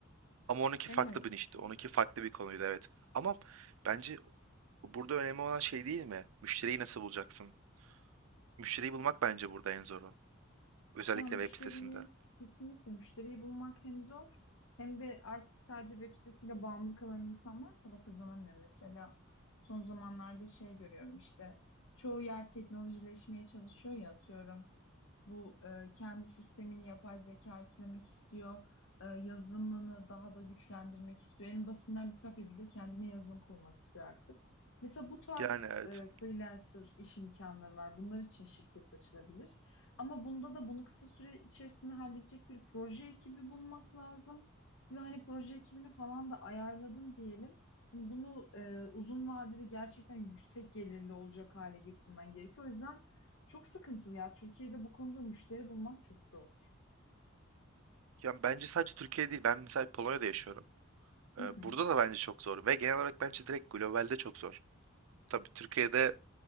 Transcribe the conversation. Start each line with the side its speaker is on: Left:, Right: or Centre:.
Right: Ama onunki
Left: Evet.
Right: farklı bir işti, onunki farklı bir konuydu evet. Ama bence Burada önemli olan şey değil mi? Müşteriyi nasıl bulacaksın? Müşteriyi bulmak bence burada en zoru. Özellikle
Left: Ya müşteriyi
Right: web sitesinde.
Left: kesinlikle müşteriyi bulmak hem zor hem de artık sadece web sitesiyle bağımlı kalan insanlar para kazanamıyor. Mesela son zamanlarda şey görüyorum işte çoğu yer teknolojileşmeye çalışıyor ya atıyorum. Bu e, kendi sistemini yapay zeka eklemek istiyor. E, yazılımını daha da güçlendirmek istiyor. En basitinden bir kafe bile kendine yazılım kurmak istiyor artık. Mesela bu tarz
Right: Yani evet.
Left: e, freelancer iş imkanları var. Bunlar için şirket açılabilir. Ama bunda da bunu kısa süre içerisinde halledecek bir proje ekibi bulmak lazım. Ve hani proje ekibini falan da ayarladın diyelim. Hani bunu e, uzun vadede gerçekten yüksek gelirli olacak hale getirmen gerekiyor. O yüzden çok sıkıntılı ya. Türkiye'de bu konuda müşteri bulmak çok zor.
Right: Yani bence sadece Türkiye değil. Ben mesela Polonya'da yaşıyorum. Ee,
Left: Hı hı.
Right: burada da bence çok zor. Ve genel olarak bence direkt globalde çok zor. Tabii Türkiye'de